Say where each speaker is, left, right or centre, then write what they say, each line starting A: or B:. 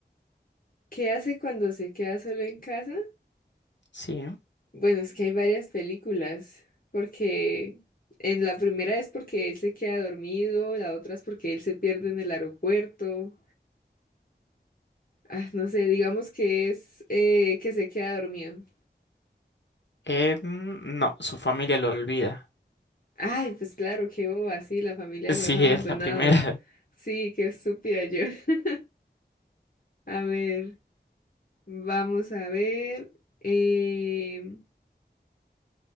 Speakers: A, on the left; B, on the left.
A: ¿Qué hace cuando se queda solo en casa?
B: Sí.
A: Bueno, es que hay varias películas, porque en la primera es porque él se queda dormido, la otra es porque él se pierde en el aeropuerto. Ah, no sé, digamos que es eh, que se queda dormido.
B: Eh, mm, no, su familia lo olvida. <laughs>
A: Ay, pues claro, qué boba, sí, la familia
B: Sí,
A: lo deja abandonado.
B: es la primera. <laughs>
A: Sí, qué estúpida yo. <laughs> A ver. Vamos a ver. eh,